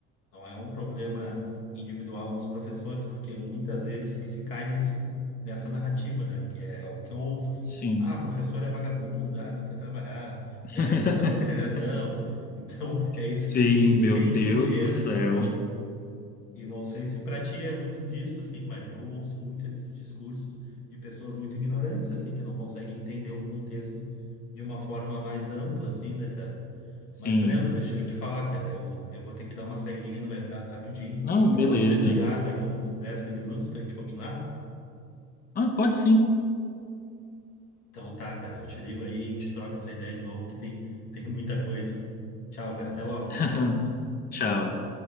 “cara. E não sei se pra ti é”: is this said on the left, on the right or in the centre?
Left